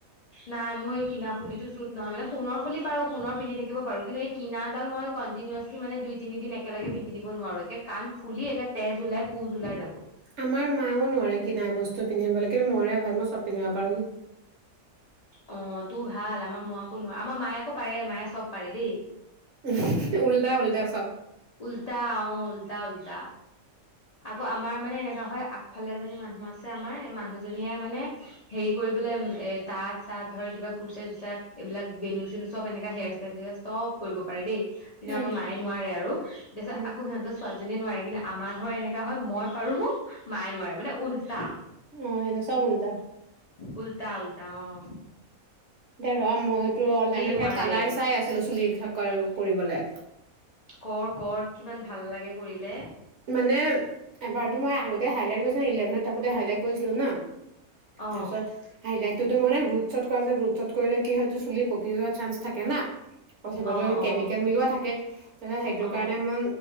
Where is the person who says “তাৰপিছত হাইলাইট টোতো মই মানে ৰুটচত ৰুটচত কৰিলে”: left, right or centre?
Right